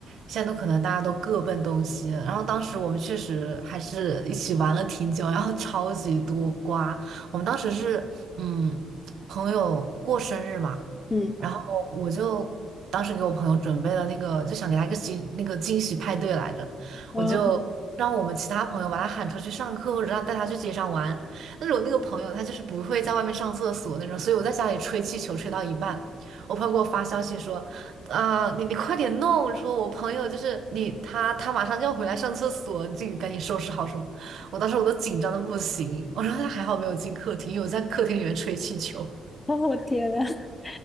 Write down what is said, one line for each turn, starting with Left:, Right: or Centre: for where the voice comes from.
Right: 现在都可能大家都各奔东西。然后当时我们确实还是一起玩了挺久，然后超级多瓜。我们当时是，嗯，朋友过生日嘛，
Left: 嗯，
Right: 然后我就当时给我朋友准备了那个，就想给他一个惊那个惊喜派对来着，
Left: 啊，
Right: 我就让我们其他朋友把他喊出去上课，
Left: <laughs>
Right: 或者让带他去街上玩。但是我那个朋友他就是不会在外面上厕所那种，所以我在家里吹气球吹到一半，我朋友给我发消息说，啊、你你快点弄，说我朋友就是你他他马上就要回来上厕所，你自己赶紧收拾好什么。我当时我都紧张的不行，我说他还好没有进客厅，因为我在客厅里面吹气球。
Left: 哦，我天呐，<laughs>